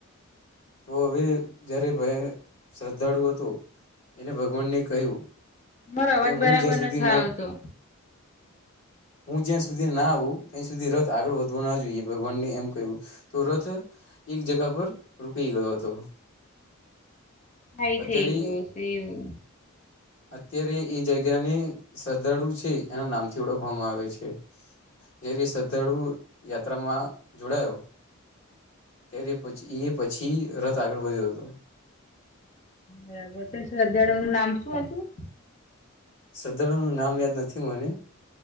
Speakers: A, on the left; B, on the left.
A: તો હવે જ્યારે ભાઈ શ્રદ્ધાળુ હતો, એણે ભગવાનને કહ્યું.
B: તમારો અવાજ
A: કે હું
B: બરાબર
A: જ્યાં સુધી
B: નથ
A: ના
B: આવતો.
A: હું જ્યાં સુધી ના આવું ત્યાં સુધી રથ આગળ વધવો ના જોઈએ. ભગવાનને એમ કહ્યું. તો રથ એક જગા પર રોકઈ ગયો હતો.
B: થાઈ
A: અત્યારે
B: થઈ ગયો સે એવુ.
A: અત્યારે એ જગ્યા ને શ્રદ્ધાળુ છે, એના નામથી ઓળખવામાં આવે છે. જેથી શ્રદ્ધાળુ યાત્રામાં જોડાયો. ત્યારે પછી, એ પછી રથ આગળ વધ્યો હતો.
B: બરાબર ત્યાં શ્રદ્ધાળુ નું નામ સુ હતું?
A: શ્રદ્ધાળુનું નામ યાદ નથી મને.